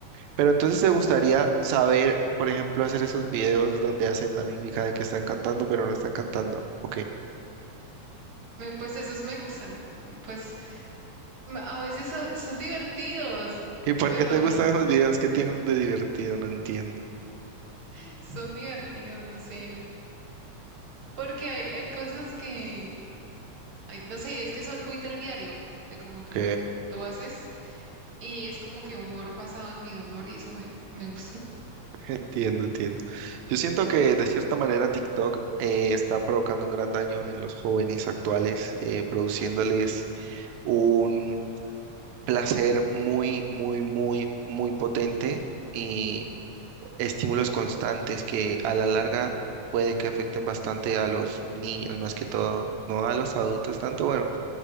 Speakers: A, on the right; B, on the right.
A: Pero entonces te gustaría saber, por ejemplo, hacer esos videos donde hacen la mímica de que están cantando, pero no están cantando. Ok. <laughs>
B: Eh, Pues esos me gustan, me- pues m- a veces son, son divertidos,
A: ¿Y por
B: pero
A: qué te gustan los videos? ¿Qué tienen de divertido? No entiendo.
B: <laughs> son divertidos, no sé, porque hay, hay cosas que, ay, no sé, es que son muy del diario, de como que
A: Ok,
B: lo que tú haces y es como que humor basado en mi dolor y eso me, me gusta.
A: entiendo, entiendo. Yo siento que de cierta manera TikTok eh, está provocando un gran daño en los jóvenes actuales, eh, produciéndoles un placer muy, muy, muy, muy potente y estímulos constantes que a la larga puede
B: <clears throat>
A: que afecten bastante a los niños más que todo, no a los adultos tanto, bueno,